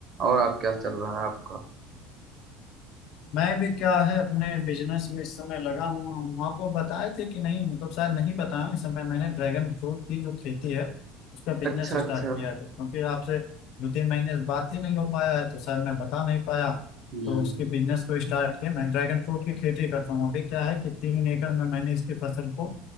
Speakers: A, on the right; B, on the left.
A: और आप क्या चल रहा है आपका
B: मैं भी क्या है अपने बिजनेस में इस समय लगा हुआ हूँ आपको बताए थे कि नहीं मतलब शायद नहीं बताया इस समय मैंने ड्रैगन फ्रूट की जो खेती है उसका बिजनेस
A: अच्छा अच्छा
B: स्टार्ट किया है क्योंकि आपसे दो तीन महीने से बात ही नहीं हो पाया है तो शायद मैं बता नहीं पाया
A: हम्म
B: तो उसके बिजनेस को स्टार्ट किया मैं ड्रैगन फ्रूट की खेती करता हूँ अभी क्या है कि तीन एकड़ में मैंने इसकी फसल को